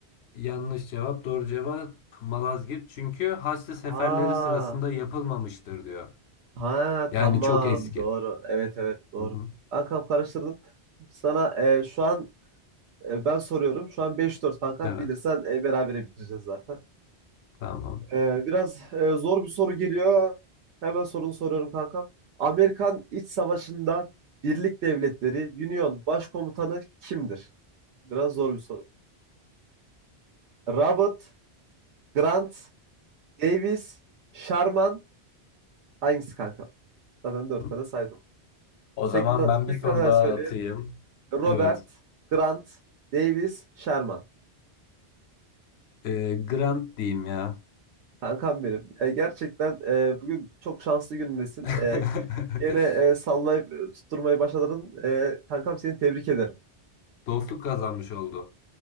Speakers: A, on the left (about 75°); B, on the right (about 80°).
A: Yanlış cevap, doğru cevap Malazgirt. Çünkü Haçlı seferleri
B: Ha.
A: sırasında yapılmamıştır diyor.
B: Ha
A: Yani
B: tamam
A: çok eski.
B: doğru. Evet evet doğru.
A: Hı hı.
B: Kankam karıştırdım. Sana e, şu an e, ben soruyorum. Şu an 5-4 kankam.
A: Evet,
B: Bilirsen e, berabere bitireceğiz zaten.
A: tamam.
B: Ee, biraz e, zor bir soru geliyor. Hemen sorunu soruyorum kankam. Amerikan İç Savaşı'nda Birlik Devletleri Union Başkomutanı kimdir? Biraz zor bir soru. Robert, Grant, Davis, Sherman hangisi kanka? Zaten dört
A: Hı.
B: tane saydım.
A: O
B: Tekrar,
A: zaman ben
B: tekrardan
A: bir soru daha
B: söyleyeyim.
A: atayım.
B: Robert,
A: Evet.
B: Grant, Davis, Sherman.
A: Ee, Grant diyeyim ya.
B: Kankam benim. E, gerçekten e, bugün çok şanslı günündesin.
A: <laughs>
B: E, Yine e, sallayıp e, tutturmayı başardın. E, kankam seni tebrik ederim.
A: Dostluk kazanmış oldu.